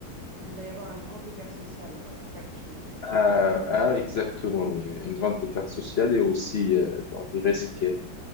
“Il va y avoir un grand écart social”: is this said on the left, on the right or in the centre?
Right